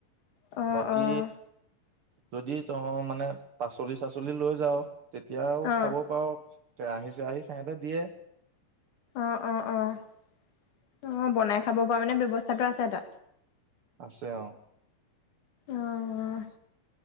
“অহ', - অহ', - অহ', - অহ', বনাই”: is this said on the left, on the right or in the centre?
Left